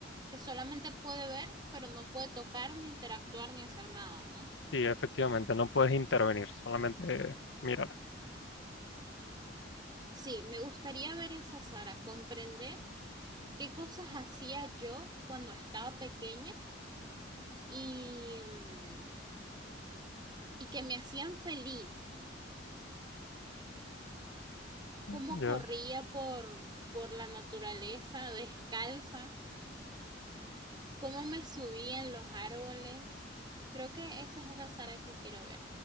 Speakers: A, on the right; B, on the left.
A: que solamente puede ver, pero no puede tocar, ni interactuar, ni hacer nada, ¿no?
B: Y efectivamente, no puedes intervenir, solamente mirar.
A: Sí, me gustaría ver esa Sara, comprender qué cosas hacía yo cuando estaba pequeña y, mm, y que me hacían feliz, cómo
B: Yo,
A: corría por, por la naturaleza descalza cómo me subí en los árboles. Creo que esa es la Sara que quiero ver.